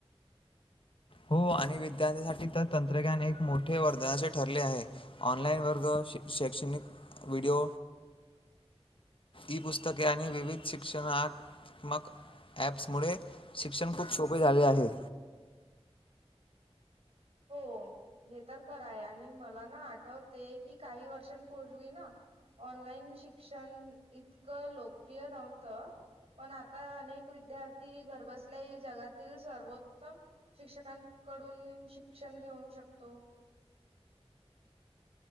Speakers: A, on the left (about 55°); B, on the right (about 65°).
A: हो आणि विद्यार्थ्यांसाठी तर तंत्रज्ञान एक मोठे वरधनाचे हो आणि विज्ञान तंत्रज्ञान मोठे वरदान ठरले आहे ऑनलाइन वर्ग शैक्षणिक व्हडिओ ई पुस्तके आणि विविध शिक्षणत्मक ऍप्स मु शिक्षण खूप सोपे झाले. आहे
B: हो हे तर खरं आहे आणि मला ना आठवते की काही वर्षांपूर्वी ना ऑनलाईन शिक्षण इतकं लोकप्रिय नव्हतं पण आता अनेक विद्यार्थी घरबसल्याही जगातील सर्वोत्तम शिक्षकांकडून शिकतात शिक्षण घेऊ शकतो